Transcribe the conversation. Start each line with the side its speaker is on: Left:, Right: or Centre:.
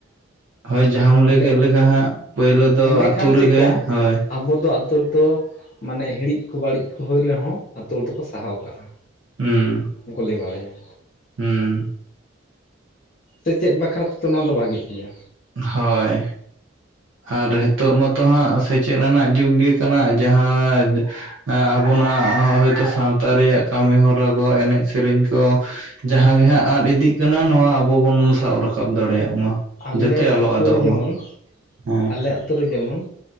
Right: ᱦᱚᱭ ᱡᱟᱦᱟᱸᱢ ᱞᱟᱹᱭ
Left: ᱮᱸᱰᱮ
Right: ᱠᱮᱫ ᱞᱮᱠᱟ ᱦᱟᱸᱜ ᱯᱟᱹᱭᱞᱟᱹ ᱫᱚ
Left: ᱮᱸᱰᱮᱠᱷᱟᱱ
Right: ᱟᱹᱛᱩ ᱨᱮᱜᱮ
Left: ᱪᱮᱫᱠᱟ
Right: ᱦᱚᱭ
Left: ᱟᱵᱚ ᱫᱚ ᱟᱹᱛᱩ ᱛᱚ ᱢᱟᱱᱮ ᱦᱤᱲᱤᱡ ᱠᱚ ᱵᱟᱹᱲᱤᱡ ᱠᱚ ᱦᱩᱭ ᱨᱮᱦᱚᱸ ᱟᱛᱳ ᱦᱚᱲ ᱫᱚᱠᱚ ᱥᱟᱦᱟᱣ ᱠᱟᱜ-ᱟ
Right: ᱦᱩᱸ
Left: ᱵᱟᱲᱟᱭᱟ
Right: ᱦᱩᱸ
Left: ᱥᱮᱪᱮᱫ ᱵᱟᱠᱷᱨᱟ ᱛᱮᱫᱚ ᱱᱚᱣᱟ ᱫᱚ ᱵᱷᱟᱜᱤᱜ ᱜᱮᱭᱟ
Right: ᱦᱚᱭ ᱟᱨ ᱦᱤᱛᱳᱜ ᱢᱟᱛᱚ ᱦᱟᱸᱜ ᱥᱮᱪᱮᱫ ᱨᱮᱱᱟᱜ ᱡᱩᱜᱽ ᱜᱮ ᱠᱟᱱᱟ ᱡᱟᱦᱟᱸ ᱮᱸ ᱟᱵᱚᱱᱟᱜ ᱦᱳᱭᱛᱚ ᱥᱟᱶᱛᱟ ᱨᱮᱭᱟᱜ ᱠᱟᱹᱢᱤ ᱦᱚᱨᱟ ᱠᱚ ᱮᱱᱮᱡ ᱥᱮᱨᱮᱧ ᱠᱚ ᱡᱟᱦᱟᱸ ᱜᱮ ᱦᱟᱸᱜ ᱟᱫ ᱤᱫᱤᱜ ᱠᱟᱱᱟ ᱱᱚᱣᱟ ᱟᱵᱚ ᱵᱚᱱ ᱥᱟᱵ ᱨᱟᱠᱟᱵ ᱫᱟᱲᱮᱭᱟᱜ ᱢᱟ
Left: ᱟᱞᱮ
Right: ᱡᱟᱛᱮ ᱟᱞᱚ
Left: ᱟᱹᱛᱩ
Right: ᱟᱫᱚᱜ
Left: ᱨᱮ ᱡᱮᱢᱚᱱ
Right: ᱢᱟ ᱦᱮᱸ
Left: ᱟᱞᱮ ᱟᱹᱛᱩ ᱨᱮ ᱡᱮᱢᱚᱱ